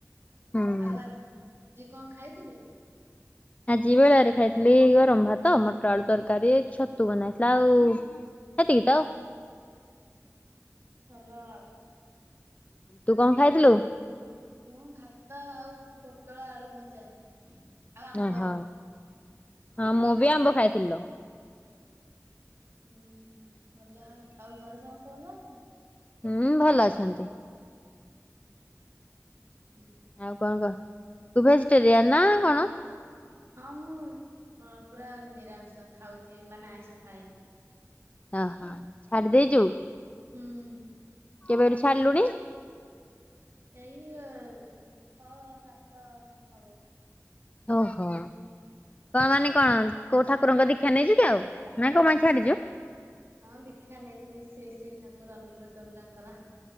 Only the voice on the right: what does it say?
ଆଉ ଆଜି କଣ ଖାଇଥିଲୁ?
ଭଲ ଆଉ।
ମୁଁ ଭାତ ଆଉ ପୋଟଳ ଆଳୁ ଭଜା ଆଉ ଆମ୍ବ।
ହୁଁ ହୁଁ ଭଲ ଆଉ ଘରେ ସମସ୍ତେ ଭଲ ଅଛନ୍ତି?
ହୁଁ ହୁଁ <unintelligible>
ହଁ ମୁଁ ପୁରା ନିରାମିଷ ଖାଉଛି ମାନେ ଆଇଁଷ ଖାଏନି
ହୁଁ।
ଏଇ ଛଅ ସାତ ମାସ ହବ।
ହଁ ହଁ ଦୀକ୍ଷା ନେଇଛି ଶ୍ରୀ ଶ୍ରୀ ଠାକୁର ଅନୁଗୂଳ ଚନ୍ଦ୍ରଙ୍କର।